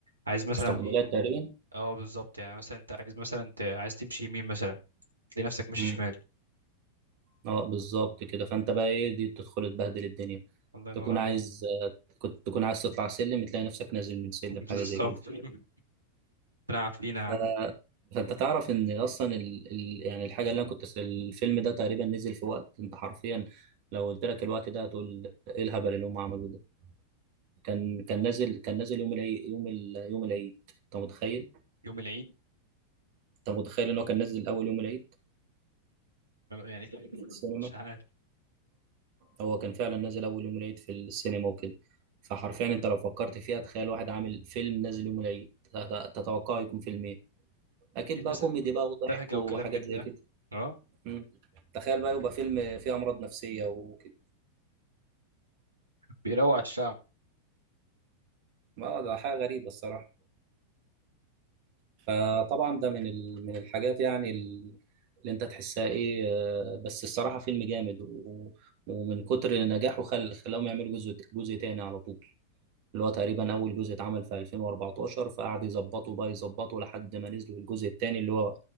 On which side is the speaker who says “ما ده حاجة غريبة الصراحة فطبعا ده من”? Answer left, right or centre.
Right